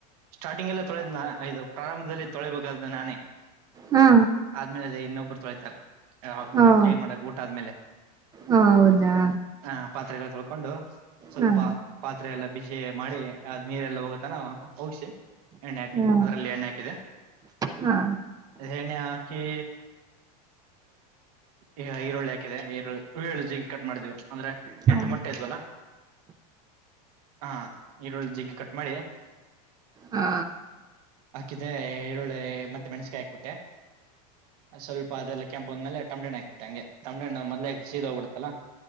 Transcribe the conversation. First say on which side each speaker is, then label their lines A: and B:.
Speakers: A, on the right; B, on the right.
A: ಸ್ಟಾರ್ಟಿಂಗ್ ಎಲ್ಲ ತೊಳೆದ್ ಇದು ಪ್ರಾರಂಭದಲ್ಲಿ ತೊಳಿಬೇಕಾದ್ಮ ನಾನೇ
B: ಹಾ
A: ಆದ್ಮೇಲೆ ಇನ್ನೊಬ್ಬರ್ ತೊಳಿತರ
B: ಹೌ
A: ಕ್ಲೀನ್ ಮಾಡಕ್ ಊಟ ಆದ್ಮೇಲೆ
B: ಹೌದಾ
A: ಹ ಪಾತ್ರೆ ಹಕೊಂಡು <inaudible> ಸ್ವಲ್ಪ
B: ಹಾ
A: ಪಾತ್ರೆ ಎಲ್ಲ ಬಿಸಿ ಮಾಡಿ ನೀರೆಲ್ಲ ಹೋಗತನ ಹೋಗಸಿ ಎಣ್ಣೆ ಹಾಕಿ
B: ಹಾ
A: ಅದರಲ್ಲಿ ಎಣ್ಣೆ ಹಾಕಿದೆ
B: ಹಾ
A: ಎಣ್ಣೆ ಹಾಕಿ ಈಗ ಈರುಳ್ಳಿ ಹಾಕಿದೆ ಈರುಳ್ಳಿ ಈರುಳ್ಳು ಜಗ ಕಟ್ ಮಾಡ್ದೀವು ಅಂದ್ರೆ
B: ಹಾ
A: ಎಂಟು ಮೊಟ್ಟೆ ಇದ್ವಲ್ಲ ಹಾ ಈರುಳ್ಳ ಜಿಗಿ ಕಟ್ ಮಾಡಿ
B: ಹಾ
A: ಹಾಕಿದ ಈರುಳ್ಳಿ ಮತ್ತೆ ಮೆಣಸಕಾಯಿ ಹಾಕ್ಬಿಟ್ಟೆ ಸ್ವಲ್ಪ ಅದೆಲ್ಲ ಕೆಂಪ ಬಂದ್ಮೇಲೆ ಟೊಮೊಟೊ ಹಾಕ್ಬಿಟ್ಟೆ ಹಂಗೆ ಮೊದಲೇ ಸಿದ್ ಹೋಗ್ಬಿಡುತಲ್ಲ